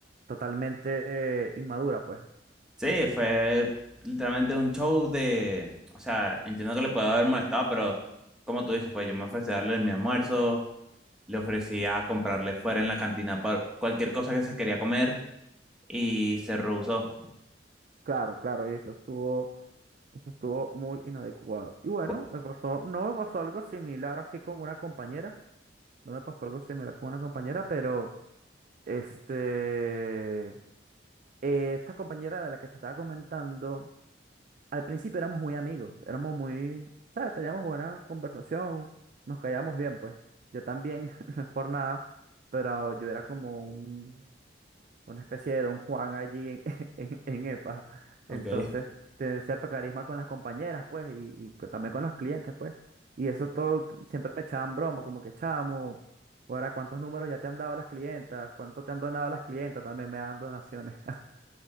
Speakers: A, on the right; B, in the centre.
A: totalmente eh, inmadura, pues.
B: sí, fue literalmente un show de, o sea, entiendo que le puedo haber molestado, pero como tú dices, pues yo me ofrecí a darle mi almuerzo, le ofrecí a comprarle fuera en la cantina pa- cualquier cosa que se quería comer y se rehusó.
A: Claro, claro, y eso estuvo, eso estuvo muy inadecuado. Y bueno,
B: Po-
A: me pasó, no me pasó algo similar así con una compañera, no me pasó algo similar con una compañera, pero este, eh, esta compañera de la que te estaba comentando, al principio éramos muy amigos, éramos muy, ¿sabes? Teníamos buena conversación, nos caíamos bien, pues. Yo también, <laughs> no es por nada, pero yo era como un una especie de Don Juan allí en, <laughs> en, en EPA.
B: Ok.
A: Entonces, tener cierto carisma con las compañeras, pues, y, y co- también con los clientes, pues. Y eso todo t- siempre me echaban broma, como que chamo, ahora cuántos números ya te han dado las clientas, cuánto te han donado las clientas, también me dan donaciones. <laughs>